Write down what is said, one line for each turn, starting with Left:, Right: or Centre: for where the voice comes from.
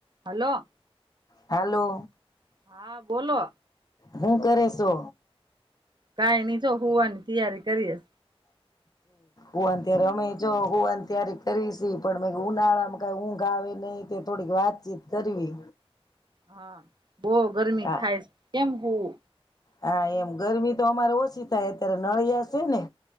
Right: Hello.
Left: Hello.
Right: હા બોલો.
Left: હું કરે શો?
Right: કઈ નઈ જો હોવાની તૈયારી કરીએ.
Left: હુન ત્ય્યારે અમે જો હુવાન ત્યારી કરીશી પણ મે ઉનાળામાં કઈ ઊંઘ આવે નહ તે થોડીક વાતચીત કરવી.
Right: હા બહુ ગરમી
Left: હા
Right: થાય કેમ હુવુ
Left: હા એમ ગરમી તો અમારે ઓછી થાય અત્યારે નળિયા છે ને